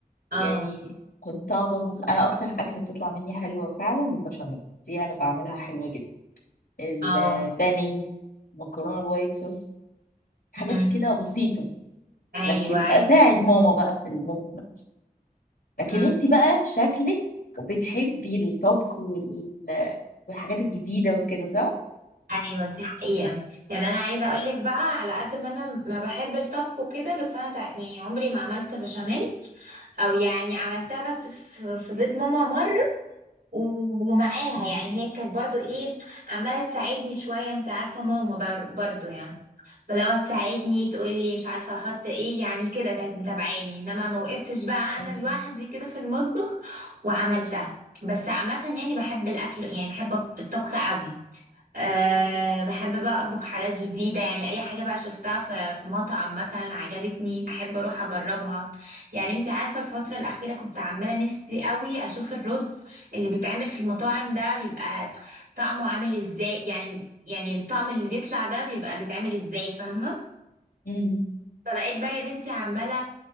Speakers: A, on the right; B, on the left.
A: اه
B: يعني كنت اقعد اطبخ انا اكتر اكله بتطلع مني حلوه فعلا البشاميل دي انا بعملها حلوه جدا البانيه
A: اه
B: مكرونه الوايت صوص حاجات
A: مم.
B: كده بسيطه
A: ايوه
B: لكن
A: ايوه
B: اساعد ماما بقى في المجمل
A: مم.
B: لكن انت بقى شكلك بتحبي الطبخ وال... والحاجات الجديده وكده صح؟
A: ايوه دي حقيقة يعني انا عايزة اقولك بقى على قد ما انا ما بحب الطبخ وكده بس انا تع- يعني عمري ما عملت بشاميل او يعني عملتها بس في في بيت ماما مرة و- ومعاها
B: مم.
A: يعني هي كانت برضو ايه عمالة تساعدني شوية انت عارفة ماما بر- برضو يعني فلو تساعدني تقولي مش عارفة احط ايه يعني كده كانت متابعاني انما ما وقفتش بقى انا
B: مم.
A: لوحدي كده في المطبخ وعملتها بس عامة يعني بحب الاكل يعني بحب الطبخ قوي أه بحب بقى أطبخ حاجات جديدة يعني أي حاجة بقى شفتها في في مطعم مثلا عجبتني أحب أروح أجربها يعني أنت عارفة الفترة الأخيرة كنت عمالة نفسي قوي أشوف الرز اللي بيتعمل في المطاعم ده بيبقى طعمه عامل إزاي يعني يعني الطعم اللي بيطلع ده بيبقى بيتعمل إزاي فاهمة
B: مم.
A: فبقيت بقى يا بنتي عمالة